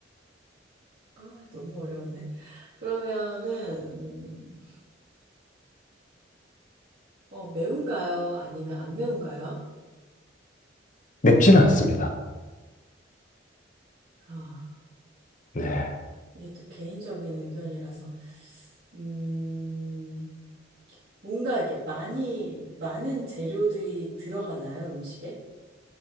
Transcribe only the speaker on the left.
맵지는 않습니다.
네.